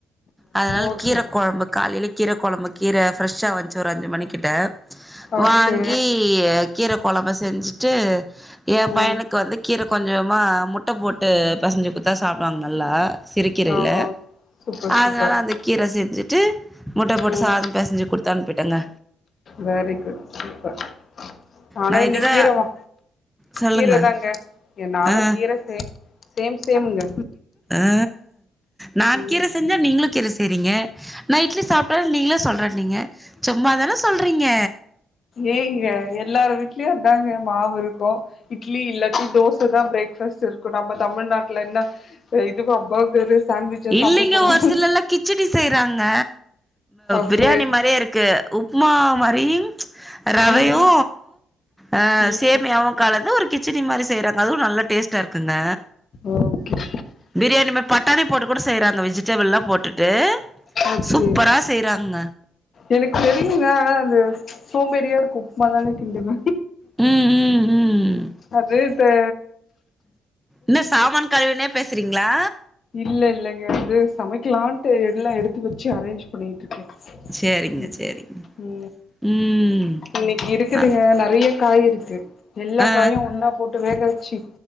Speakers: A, in the centre; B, on the left.
A: அதனால
B: ஓகே
A: கீர கொழம்பு காலையில கீர கொழம்பு கீர ஃப்ரெஷ்ஷா வந்துச்சு ஒரு அஞ்சு மணிக்கிட்ட
B: ஓகே
A: வாங்கி கீர கொழம்ப செஞ்சுட்டு எ
B: ம்
A: பையனுக் க்கு வந்து கீர கொஞ்சமா முட்ட போட்டு பெசஞ்சு குடுத்தா சாப்டுவாங்க நல்லா சிறு கீரையில
B: ஓ சூப்பர்
A: அதனால
B: சூப்பர்
A: அந்த கீர செஞ்சுட்டு முட்ட போட்ட
B: ம்
A: சாத பெசஞ்சு குடுத்து அனுப்பிட்டேங்க
B: வெரி குட் சூப்பர் ஆனு
A: நா
B: இன்னைக்கி
A: இதுதா
B: கீர வா
A: சொல்லுங்க
B: கீரதாங்க என் நானு
A: ஆ
B: கீர சே சேம் சேமுங்க
A: அ நா
B: ம்
A: கீர செஞ்சா நீங்களு கீர செய்றீங்க நான் இட்லி சாப்ட நீங்களே சொல்ற நீங்க சும்மாதான சொல்றீங்க
B: ஏங்க எல்லாரு வீட்லயு அதாங்க மாவு இருக்கு இட்லி இல்லாட்டி தோச தா பிரேக் ஃபாஸ்ட் இருக்கு நம்ம தமிழ்நாட்டுல என்ன இதுப்ப பர்கரு சாண்ட்விச்சா
A: இல்லைங்க
B: சாப்ட போறோ
A: ஒரு சிலர்லா கிச்சடி செய்றாங்க
B: ஓகே
A: பிரியாணி மாரியே இருக்கு உப்மா மாரி ரவையு
B: ம்
A: அ
B: ம்
A: சேமியாவு
B: ம்
A: கலந்து ஒரு கிச்சடி மாரி செய்றாங்க அதுவு நல்லா டேஸ்டா இருக்குங்க
B: ஓகே
A: பிரியாணி மாரி பட்டாணி போட்டு கூட செய்றாங்க வெஜிடபுள்லா போட்டுட்டு
B: ஓகே
A: சூப்பரா செய்றாங்க
B: எனக்கு தெரியுங்க ஆனா அது சோம்பேறியா இருக்கு உப்மா தானுங்க கிண்டுவ
A: ம் ம் ம்
B: அது தே
A: என்ன சாமான் கழிவினே பேசுறீங்ளா
B: இல்ல இல்லங்க அது சமைக்கலான்ட்டு எல்லா எடுத்து வச்சு அரேஞ்சு பண்ணிட்டு இருக்கே
A: சேரிங்க சேரிங்க
B: உ
A: ம்
B: இன்னைக்கு இருக் இருக்குதுங்க
A: அ
B: நெறய காய் இருக்கு எல்லா
A: ஆ
B: காயு ஒன்னா போட்டு வேக வச்சு